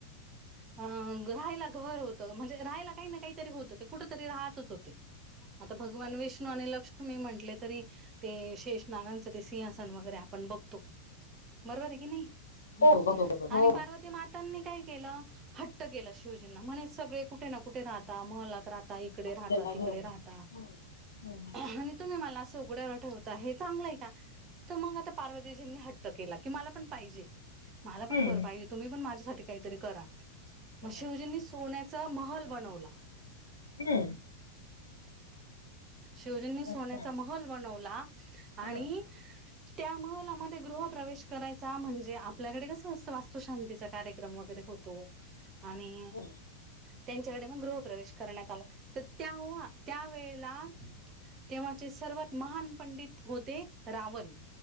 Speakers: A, on the right; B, on the left.
A: अं राहायला घर होत म्हणजे राहायला काही ना काहीतरी होतं ते कुठं तरी राहतच होते. आता भगवान विष्णू आणि लक्ष्मी म्हटले तरी, ते शेष नागांचं ते सिंहासन वगैरे आपण बघतो. बरोबर आहे की नाही
B: हो बरोबर
A: आणि
B: हो
A: पार्वती मात तानी काय केलं हट्ट केला शिवजींना म्हणे सगळे कुठे ना कुठे राहता महलात राहता, ताई इकडे
B: आपल्याला
A: राहता तिकडे
B: घर
A: राहता
B: हम्म
A: आण तुम्ही मला असं उघड्यावर ठेवता हे चांगल आहे का मग आता पार्वतीजीनी हट ट केला की मला पण पाहिजे मला पण
B: हम्म
A: घर पाहिजे तुम्ही पण माझ्यासाठी काहीतरी करा. मग
B: बरा
A: शिवजींनी सोन्याचा महल बनवला.
B: हम्
A: शिवजींनी सोन्याचा
B: अच्छा
A: महल बनवला
B: हा
A: आणि, त्या महला म ते गृह प्रवेश करायचा म्हणजे आपल्याकडे कसं असं वास्तुशांतीचा कार्यक्रम वगैरे होतो. आणि,
B: हो
A: त्यांच्याकडे मग गृह प्रवेश करण्यात आला तर त्यावहा त्यावेेळेला. तेव्हाचे सर्वात महान पंडित होते रावण.